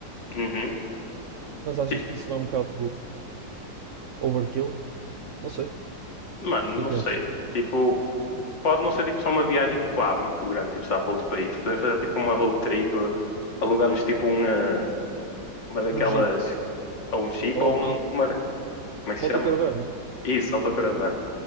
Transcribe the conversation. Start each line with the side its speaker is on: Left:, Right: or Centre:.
Left: Uhum.
Right: Mas achas
Left: Tipo,
Right: que isso não é um bocado overkill? Não sei. O
Left: mano, não
Right: que é que
Left: sei.
Right: achas?
Left: Tipo, pode não ser tipo só uma viagem tipo, ah, muito grande, tipo, sei lá, para outro país. Podemos fazer tipo uma road trip, alugamos tipo um, eh, uma daquelas,
Right: Um Jeep
Left: ou um Jeep,
Right: ou
Left: ou
Right: uma,
Left: um-
Right: uma
Left: uma, como é que se
Right: autocaravana?
Left: chama? Isso, autocaravana.